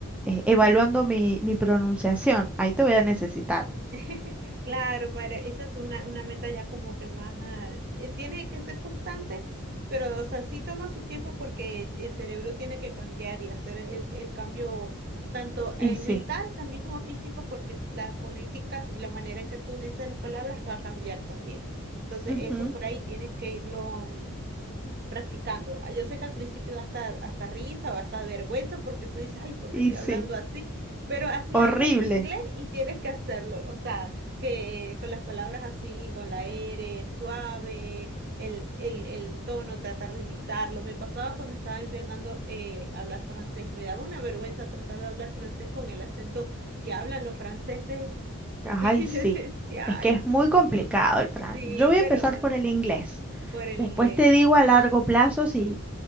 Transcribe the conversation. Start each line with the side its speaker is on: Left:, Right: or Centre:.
Centre: eh, evaluando
Right: Sí.
Centre: mi, mi pronunciación. Ahí te voy a necesitar.
Right: <laughs> Claro, para, esa es una, una meta ya como que más, ah, eh, tiene que ser constante, pero o sea, sí toma su tiempo porque el cerebro tiene que cambiar y hacer el, el cambio tanto eh,
Centre: Y sí,
Right: mental también como físico porque la fonética y la manera en que tú dices las palabras va a cambiar también. Entonces,
Centre: ujú,
Right: eso por ahí tienes que irlo practicando. Ah, Yo sé que al principio da hasta, hasta risa o hasta vergüenza porque tú dices, ay, ¿por qué
Centre: y
Right: estoy
Centre: sí,
Right: hablando así? Pero así
Centre: horrible.
Right: hablas en inglés y tienes que hacerlo. O sea, que con las palabras así, con la R, suave, el, el, el tono, tratar de imitarlo. Me pasaba cuando estaba intentando eh, hablar francés. Me daba una vergüenza tratar de hablar francés con el acento que hablan los franceses. <laughs>
Centre: Ay,
Right: Y
Centre: sí,
Right: yo decía,
Centre: es que
Right: ay,
Centre: es muy complicado el francés.
Right: sí,
Centre: Yo voy a
Right: pero
Centre: empezar por el inglés.
Right: por el
Centre: Después
Right: inglés.
Centre: te digo a largo plazo si,